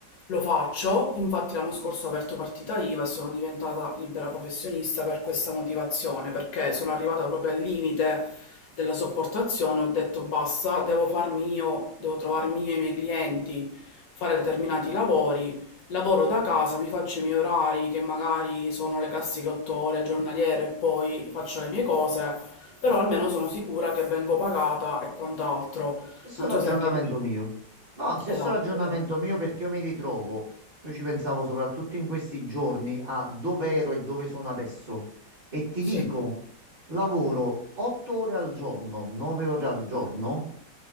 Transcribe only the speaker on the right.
Stesso
ragionamento
mio. No, stesso
ragionamento
mio perché io mi ritrovo, io ci pensavo soprattutto in questi giorni a dove ero e dove sono adesso e ti
dico, lavoro 8 ore al giorno, 9 ore al giorno